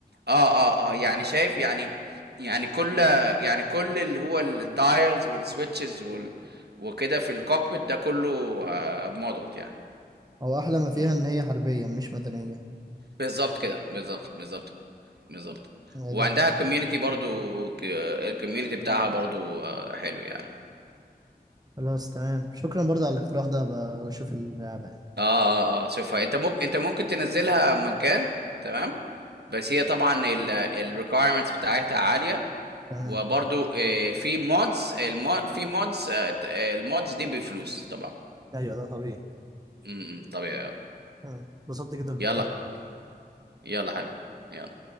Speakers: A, on the right; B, on the right.
A: اه اه اه يعني شايف يعني يعني كل يعني كل اللي هو الدايلز والسويتشز وال... وكده في الكوكبيت ده كله آه مودلد يعني
B: هو أحلى ما فيها
A: مم.
B: إن هي حربية مش مدنية
A: بالظبط كده بالظبط بالظبط بالظبط
B: هي
A: وعندها
B: دي أحلى حاجة
A: كوميونتي برضو ك- الكوميونتي بتاعها برضو آه، حلو يعني
B: خلاص تمام شكرا برضه على الاقتراح ده بشوف اللعبة يعني
A: اه اه اه شوفها انت ممكن انت ممكن تنزلها مجان تمام بس هي طبعا الريكويرمنتس بتاعتها عاليه
B: تمام
A: وبرضو آه، في مودز في مودز المودز دي بفلوس طبعا
B: ايوه ده طبيعي
A: امم طبيعي آه.
B: آه. اتبسطت جدا بالكلام
A: يلا
B: معاك
A: يلا حبيبي يلا